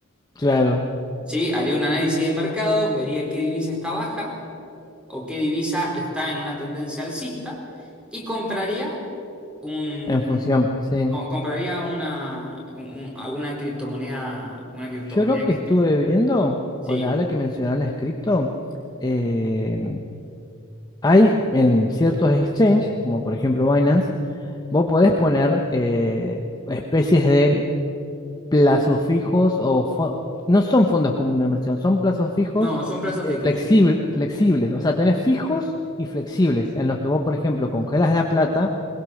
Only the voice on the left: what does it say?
claro,
en función, sí.
Yo lo
que estuve
viendo,
con ahora que mencionar las cripto, eh, hay en ciertos exchanges, como por ejemplo Binance, vos podés poner eh, especies de plazos fijos o fo- no son fondos comunes de inversión, son plazos fijos
eh,
flexible- flexibles. O sea, tenés fijos y flexibles en los que vos, por ejemplo, congelas la plata,